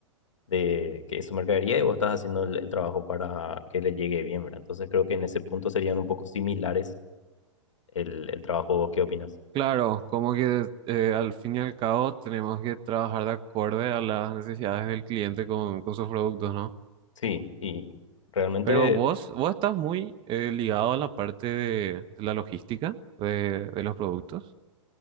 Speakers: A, on the left; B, on the right.
A: de que su mercadería y vos estás haciendo el, el trabajo para que le llegue bien, ¿verdad? Entonces creo que en ese punto serían un poco similares el, el trabajo. ¿Vos ¿Qué opinas?
B: Claro, como que eh, al fin y al cabo tenemos que trabajar de acorde a las necesidades del cliente con, con sus productos, ¿no?
A: Sí, y realmente,
B: Pero vos, vos estás muy eh, ligado a la parte de, de la logística de, de los productos.